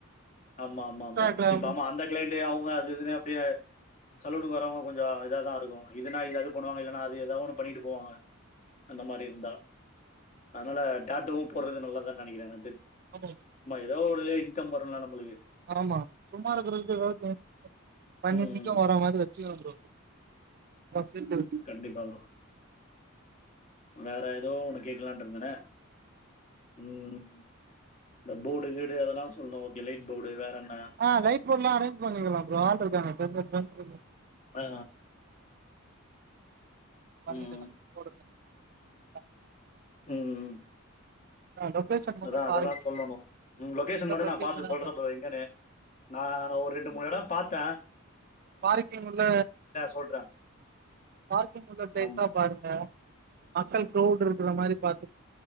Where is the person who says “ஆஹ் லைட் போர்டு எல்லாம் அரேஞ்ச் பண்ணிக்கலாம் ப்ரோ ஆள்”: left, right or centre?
Right